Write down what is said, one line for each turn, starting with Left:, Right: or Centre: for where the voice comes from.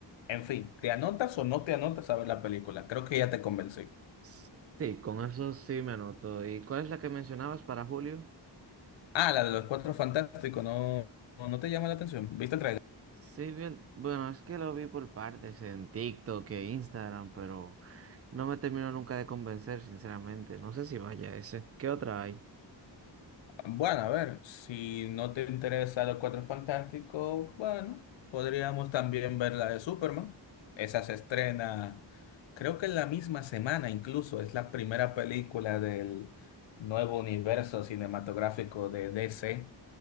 Left: en fin, ¿te anotas o no te anotas a ver la película? Creo que ya te convencí.
Right: S- Sí, con eso sí me anoto. ¿Y cuál es la que mencionabas para Julio?
Left: Ah, la de los Cuatro Fantásticos, no, no te llama la atención. ¿Viste el tráiler?
Right: Sí, vi el- bueno, es que lo vi por partes en TikTok e Instagram, pero no me terminó nunca de convencer, sinceramente. No sé si vaya ese. ¿Qué otra hay?
Left: Bueno, a ver, si no te interesa Los Cuatro Fantásticos, bueno, podríamos también ver la de Superman. Esa se estrena, creo que en la misma semana incluso, es la primera película del nuevo universo cinematográfico de DC.